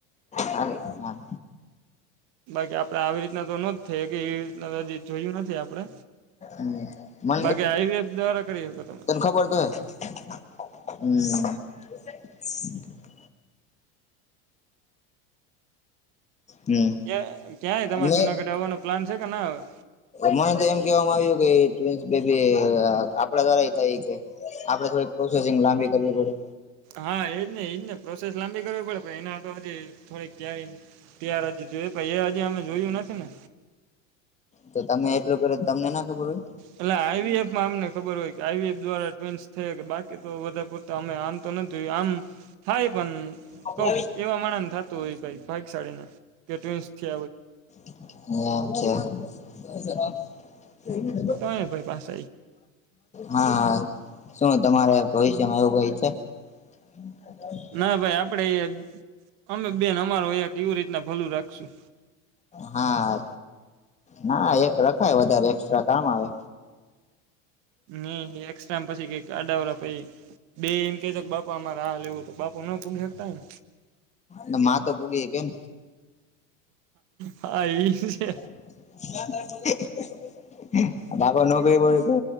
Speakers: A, on the left; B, on the right.
A: હા હા.
B: બાકી આપણેે આવી રીતના તો નો થઈ કે એ રીત હ જોયું નથી આપડે.
A: <unintelligible>
B: બાકી આઈવીએફ દ્વારા કરી હકો તમે
A: તને ખબર તો હે હમ્મ <unintelligible> હમ
B: કયા ક્યાંય તમારે
A: મે
B: જુનાગઢ આવવાનો પ્લાન છે કે ના આવેવે
A: મને તો એમ કેવામાં આવ્યું કે ટ્વિનસ બેબી આપડા દ્વારા એ થાય કે આપડે થોડી પ્રોસેસિંગ લાંબી કરવી પડે
B: હા એજ ને એજ ને પ્રોસેસ લાંબી કરવી પડે પણ ત્યાર હજ જો પાઈ એ હજી અમે જોયું નથી ને
A: તો તમે એટલું કરો તમને ના ખબર હોય
B: એટલે આઈવીએફમાં અમને ખબર હોય કે આઈવીએફ દ્વારા ટ્વિન્સ થયે હકે બાકી તો બધા તો અમે આમ તો નથી જોય આમ થાય પણ
A: હોય
B: કોક એવા માણહ ને થતું હોય કઈ ભાગશાળીને કે ટ્વિન્સ છે
A: હ છે
B: હ ને ભઈ પાસા
A: હા શું તમારે ભવિષ્યમાં એવું કઈ છે <inaudible>
B: ના ભાઈ આપડે એ અમે બેન અમારો એવી રીતના ભલું રાખશું
A: હા ના એક રખાય વધારે એક્સ્ટ્રા કામ આવે
B: ની ઈ એક્સ્ટ્રા મા પછી કઈક અડાાવરા પઈ બે એમ ક કે બાપા અમારે આ લેવું બાપુ નો પુંગી હાંકતા ન
A: ન મા તો પુગે કેમ
B: હા ઈ છે
A: <unintelligible> બાપા નોકરી પડે તો